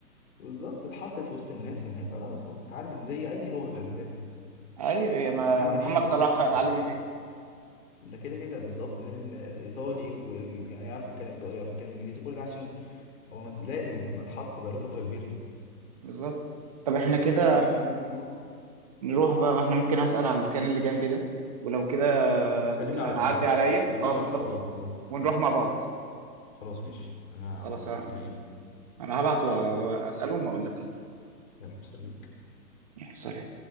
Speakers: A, on the left (about 50°); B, on the right (about 25°).
A: بالظبط اتحطت وسط الناس هناك خلاص هتتعلم زي اي لغه خلي بالك
B: ايوه يا
A: بس
B: ما
A: انت هتعمل
B: محمد
A: ايه انت
B: صلاح
A: بس تتعامل
B: اتعلم هناك
A: ده كده كده بالظبط ده ال- ايطالي ويعني يعرف يتكلم ايطالي يعرف يتكلم انجليزي كل ده عشان هو مت- لازم يتح- اتحط بقاله فتره كبيره
B: بالظبط طب احنا
A: خلاص
B: كده
A: يبقى احنا اه
B: نروح بقى ما احنا ممكن هسأل عن المكان اللي جنبي ده ولو كده
A: وكلمني
B: تبقى
A: على
B: تعدي
A: طول بقى
B: عليا
A: كلمني
B: اه
A: على
B: بالظبط
A: طول اه بالظبط
B: ونروح مع بعض
A: خلاص ماشي انا
B: خلاص
A: معاك انا ان
B: انا هبعت و- واسألهم واقول لك على طول.
A: تمام مستنيك
B: يلا، سلام